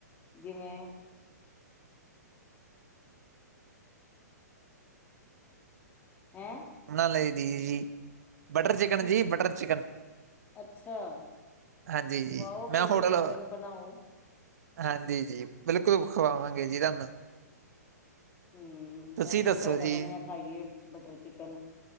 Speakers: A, on the left; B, on the right.
A: ਜਿਵੇਂ ਹੈਂ
B: ਬਣਾ ਲਈ ਦੀ ਜੀ ਬਟਰ ਚਿਕਨ
A: ਕੀ?
B: ਜੀ, ਬਟਰ ਚਿਕਨ
A: ਅੱਛਾ ਖੂਆਓ
B: ਹਾਂਜੀ ਜੀ
A: ਫੇਰ
B: ਮੈਂ ਹੋਟਲ
A: ਕਿਸ ਦਿਨ ਬਣਾਓ
B: ਹਾਂਜੀ ਜੀ ਬਿਲਕੁਲ ਖਵਾਵਾਂਗੇ ਜੀ ਤੁਹਾਨੂੰ
A: ਹਮ
B: ਤੁਸੀਂ
A: ਅਸੀਂ
B: ਦੱਸੋ
A: ਵੀ ਤੁਹਾਡਾ
B: ਜੀ
A: ਬਣਿਆ ਖਾਈਏ ਬਟਰ ਚਿਕਨ